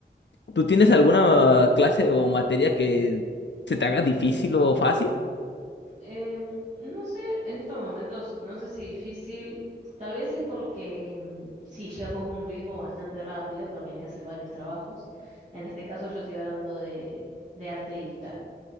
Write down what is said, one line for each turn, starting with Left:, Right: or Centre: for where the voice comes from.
Left: ¿Tú tienes alguna clase o materia que se te haga difícil o fácil?
Right: Em, no sé, en estos momentos, no sé si difícil, tal vez es porque mm, sí llevamos un ritmo bastante rápido, porque hay que hacer varios trabajos. En este caso yo estoy hablando de, de arte digital